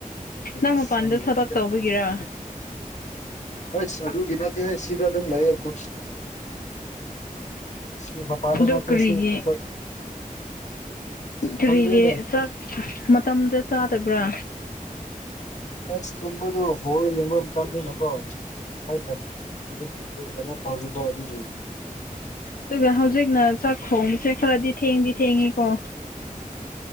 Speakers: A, on the left; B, on the left.
A: ꯅꯪ
B: ꯑꯁ
A: ꯃꯄꯥꯟꯗ
B: ꯑꯩ
A: ꯊꯕꯛ
B: ꯍꯧꯖꯤꯛꯀ
A: ꯇꯧꯕꯒꯤꯔ
B: ꯍꯣꯏꯁ ꯑꯗꯨꯒꯤ ꯅꯠꯇꯦꯍꯦ ꯁꯤꯗ ꯑꯗꯨꯝ ꯂꯩꯌꯦ ꯒ꯭ꯔꯨꯨꯞ ꯥꯁꯤ ꯃꯄꯥꯟꯗ
A: ꯑꯗꯨ
B: ꯅꯠꯇꯦ
A: ꯀꯔꯤꯒꯤ
B: ꯁꯤ ꯑꯩꯈꯣꯏ
A: ꯀꯔꯤꯒꯤ
B: ꯈꯪꯗ꯭ꯔꯦꯅꯦ
A: ꯆꯥꯛ ꯃꯇꯝꯗ ꯆꯥꯗꯕ꯭ꯔꯥ
B: ꯑꯁ ꯇꯝꯕꯗꯨ ꯣ ꯌꯦꯡꯣꯟꯝ ꯇꯔꯃꯤꯅ ꯀꯣ <unintelligible>
A: ꯑꯗꯨꯒ ꯍꯧꯖꯤꯛꯅ ꯆꯥꯛ ꯈꯣꯡꯉꯁꯦ ꯈꯔꯗꯤ ꯊꯦꯡꯗꯤ ꯊꯦꯡꯉꯤꯀꯣ